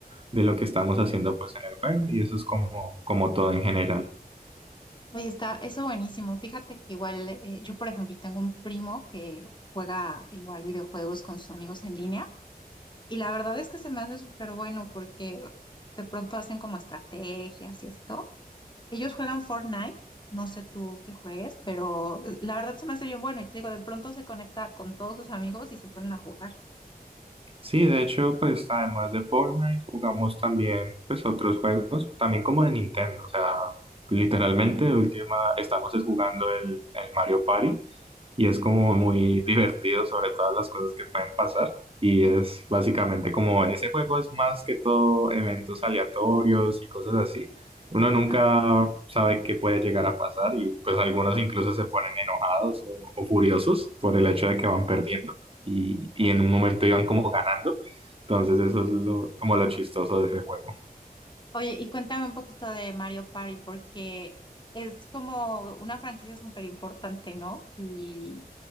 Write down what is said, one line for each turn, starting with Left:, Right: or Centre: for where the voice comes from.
Right: de lo que estamos haciendo pues en el juego y eso es como, como todo en general.
Left: Oye, está eso buenísimo. Fíjate que igual, eh, yo por ejemplo tengo un primo que juega igual videojuegos con sus amigos en línea. Y la verdad es que se me hace súper bueno porque de pronto hacen como estrategias y esto. Ellos juegan Fortnite, no sé tú qué juegues, pero eh, la verdad se me hace bien bueno. Y te digo, de pronto se conecta con todos sus amigos y se ponen a jugar.
Right: Sí, de hecho, pues además de Fortnite, jugamos también pues otros juegos, también como de Nintendo, o sea, literalmente última estamos es jugando el, el Mario Party, y es como muy divertido sobre todas las cosas que pueden pasar. Y es básicamente como ese juego es más que todo eventos aleatorios y cosas así. Uno nunca
Left: ¿no?
Right: sabe qué puede llegar a pasar y pues algunos incluso se ponen enojados o, o furiosos por el hecho de que van perdiendo y, y en un momento iban como ganando. Entonces eso es lo, como lo chistoso de ese juego.
Left: Oye, y cuéntame un poquito de Mario Party porque es como una franquicia súper importante, ¿no? Y